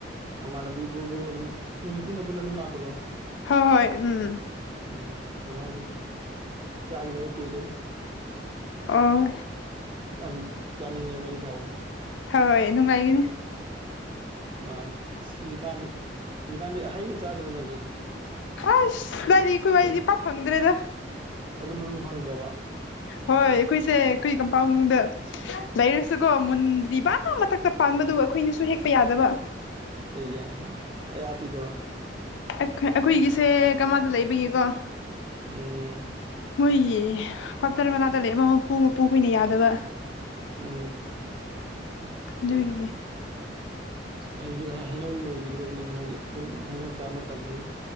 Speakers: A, on the right; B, on the left.
A: ꯃꯃꯥꯟꯅꯕꯤ ꯒꯨꯒ ꯑꯗꯨꯝ ꯃꯤ ꯄꯨꯟꯅ ꯄꯨꯟꯅ ꯑꯗꯨꯝ ꯂꯥꯛꯄꯗꯣ
B: ꯍꯣꯏ ꯍꯣꯏ ꯎꯝ
A: ꯎꯝ ꯑꯗꯨꯃꯥꯏꯅ ꯑꯗꯨꯝ ꯆꯥꯈꯤꯗꯕ ꯀꯨꯏꯗꯦꯗ
B: ꯑꯣ
A: ꯑꯃꯨꯛ ꯆꯥꯅꯤꯡꯉꯦ ꯋꯥꯔꯤ ꯁꯥꯔ
B: ꯍꯣꯏ ꯍꯣꯏ ꯅꯨꯡꯉꯥꯏꯒꯅꯤ
A: ꯃꯥꯅꯦ ꯑꯁ ꯍꯧꯖꯤꯛꯀꯥꯟꯗꯤ ꯍꯧꯖꯤꯛꯀꯥꯟꯗꯤ ꯍꯩꯒ ꯆꯥꯗ꯭ꯔꯣ ꯅꯣꯏꯗꯤ
B: ꯈꯁ ꯗꯥꯏꯗꯤ ꯑꯩꯈꯣꯏꯏ ꯋꯥꯔꯤꯗꯤ
A: ꯍꯩ
B: ꯄꯥ ꯐꯪꯗ꯭ꯔꯦꯗ
A: ꯑꯗꯨ ꯃꯅꯨꯡ ꯐꯪꯗꯔꯥꯕ
B: ꯍꯣꯏ ꯑꯩꯈꯣꯏꯁꯦ ꯀꯩ ꯀꯝꯄꯥꯎꯅꯨꯡ ꯂꯩꯔꯁꯨꯀꯣ ꯃꯨꯟ꯭ꯔꯤꯕꯥ ꯃꯊꯛꯇ ꯄꯥꯟꯕꯗꯨ ꯑꯩꯈꯣꯏꯅꯁꯨ ꯍꯦꯛꯄ ꯌꯥꯗꯕ
A: ꯀꯩ ꯑꯩꯗꯕ
B: ꯑꯩꯈꯣꯏꯒꯤꯁꯦ ꯀꯃꯥꯏꯗ ꯂꯩꯕꯌꯦꯀꯣ
A: ꯎꯝ
B: ꯃꯣꯏꯒꯤ ꯀ꯭ꯋꯥꯇꯔ ꯃꯅꯥꯛꯇ ꯂꯩꯕ ꯃꯄꯨ ꯃꯄꯨ ꯀꯨꯏꯅ ꯌꯥꯗꯕ
A: ꯎꯝ ꯑꯣꯦ
B: ꯑꯗꯨꯒꯤ
A: ꯍꯧꯖꯤꯛ ꯍꯩꯅꯧ ꯂꯣꯏꯈꯤꯗ꯭ꯔꯕꯅꯤꯅ ꯍꯥꯏꯗꯤ ꯑꯗꯨꯝ ꯍꯩꯅꯧ ꯆꯥꯕ ꯃꯇꯝꯅꯤ